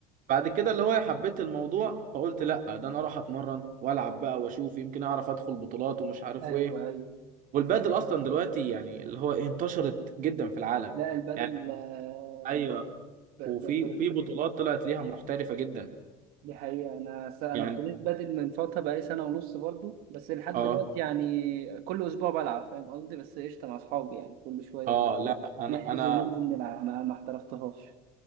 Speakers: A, on the right; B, on the right.
A: بعد كده اللي هو حبيت الموضوع فقلت لا ده انا اروح اتمرن والعب بقى واشوف يمكن اعرف ادخل بطولات ومش عارف
B: ايوه
A: ايه
B: ايوه
A: والبادل اصلا دلوقتي يعني اللي هو إيه، انتشرت جدا في العالم
B: لا البدل
A: يعني
B: آه،
A: ايوه
B: ب-
A: وفي
B: ب- ب-
A: وفي بطولات طلعت ليها محترفه جدا
B: دي حقيقة أنا س... أنا
A: يعني
B: ابتديت بادل من فترة بقالي سنة ونص برضو بس لحد
A: اه
B: دلوقتي يعني كل أسبوع بلعب فاهم قصدي بس قشطة مع أصحابي يعني كل شوية
A: اه
B: كده
A: لا
B: إيه،
A: انا
B: نحجز
A: انا
B: وننزل نلعب ما, ما احترفتهاش